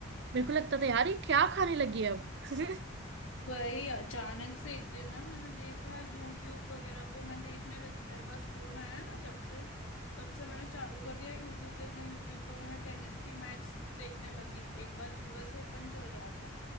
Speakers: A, on the right; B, on the left.
A: मेरे को लगता था यार ये क्या खाने लगी है अब <laughs>
B: वही अचानक से एक दिन ना मैंने देखा यूट्यूब वगैरह पे मैं देखने लगी मेरे पास फोन आया ना जब से तब से मैंने चालू कर दिया यूट्यूब देखना यूट्यूब पे मैं टेनिस की मैच देखने लगी एक बार यूएस ओपन चल रहा था